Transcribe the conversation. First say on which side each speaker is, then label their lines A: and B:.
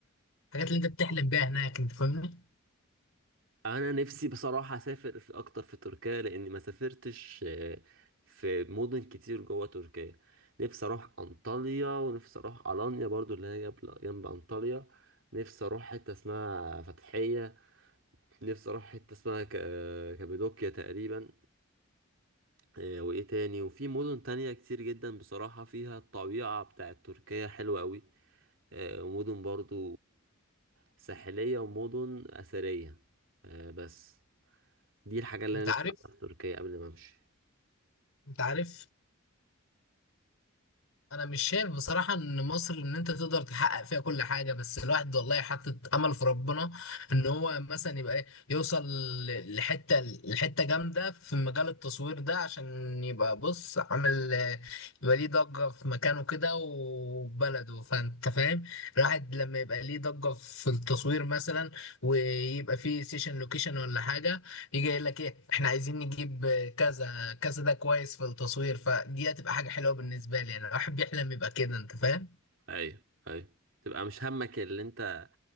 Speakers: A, on the left; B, on the right.
A: الحاجات اللي انت بتحلم بيها هناك انت فاهمني
B: انا نفسي بصراحه اسافر في اكتر في تركيا لاني ما سافرتش آه، في مدن كتير جوه تركيا نفسي اروح انطاليا ونفسي اروح الانيا برضو اللي هي جنب جنب انطاليا نفسي اروح حته اسمها فتحيه نفسي اروح حته اسمها ك- آه، كابادوكيا تقريبا آه، وايه تاني وفي مدن تانية كتير جدا بصراحه فيها الطبيعه بتاعت تركيا حلوه قوي آه، ومدن برضو ساحلية ومدن أثرية آه، بس دي الحاجة اللي
A: انت
B: أنا
A: عارف
B: نفسي أعملها في تركيا قبل ما أمشي
A: انت عارف انا مش شايف بصراحة ان مصر ان انت تقدر تحقق فيها كل حاجة بس الواحد والله حاطط امل في ربنا ان هو مثلا يبقى ايه يوصل ل- لحتة لحتة جامدة في مجال التصوير ده عشان يبقى بص عامل اه، يبقى ليه ضجة في مكانه كده وبلده فانت فاهم الواحد لما يبقى ليه ضجة في التصوير مثلا ويبقى فيه سيشن لوكيشن ولا حاجة يجي يقول لك ايه احنا عايزين نجيب كذا كذا ده كويس في التصوير فدي هتبقى حاجه حلوه بالنسبه لي انا الواحد بيحلم يبقى كده انت فاهم
B: ايوه ايوه تبقى مش همك اللي أنت